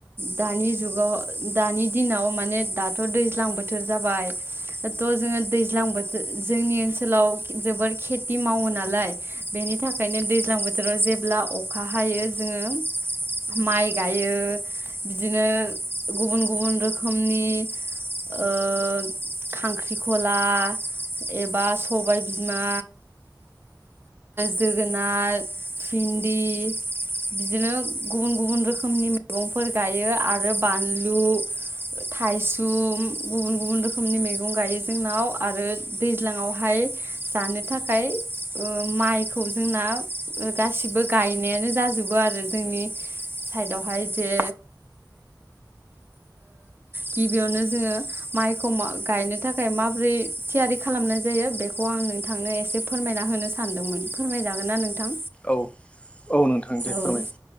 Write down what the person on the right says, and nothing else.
दानि जुगाव दानि दिनाव माने दाथ' दैज्लां बोथोर जाबाय थ' जोङो दै दैज्लां बोथोर जोंनि ओनसोलाव जोबोर खेथि मावो नालाय बेनि थाखायनो दैज्लां बोथोराव जेब्ला अखा हायो जोङो माइ गायो बिदिनो गुबुन गुबुन रोखोमनि ओ खांख्रिखला एबा सबाय बिमा जोगोनार भिन्दि बिदिनो गुबुन गुबुन रोखोमनि मैगंफोर गायो आरो बानलु थाइसुम गुबुन गुबुन रोखोमनि मैगं गायो जोंनाव आरो दैज्लाङावहाय जानो थाखाय ओ माइखौ जोंना गासिबो गायनायानो जाजोबो आरो जोंनि साइडआवहाय जे गिबियावनो ओ जोङो माइखौ गायनो थाखाय थाखाय माबोरै थियारि खालामनाय जायो बेखौ आं नोंथांनो एसे फोरमायना होनो सानदोंमोन फोरमायजागोन ना नोंथां
औ